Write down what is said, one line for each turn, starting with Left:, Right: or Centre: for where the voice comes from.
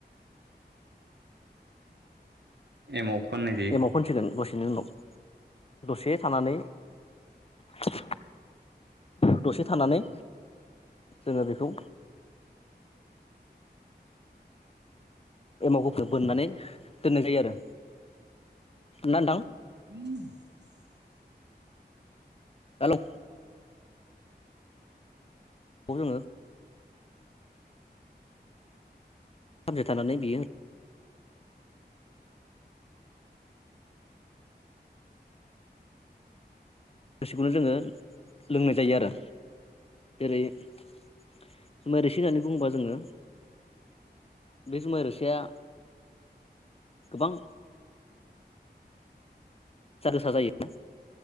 Right: एमाव फोननाय जायो
Left: एमाव फोनसिगोन दसेनि उनाव दसे थानानै <inaudible> दसे थानानै जोङो बेखौ एमावफोरखौ बोननानै दोननाय जायो आरो ना नोंथां
Right: <inaudible>
Left: हेलौ खौ जोङो <unintelligible> थानानै बियो रोसिखौनो जोङो लोंनाय जायो आरो जेरै जुमाइ रोसि होननानै बुङोबा जोङो बे जुमाय रोसिया गोबां जार गोसा जायो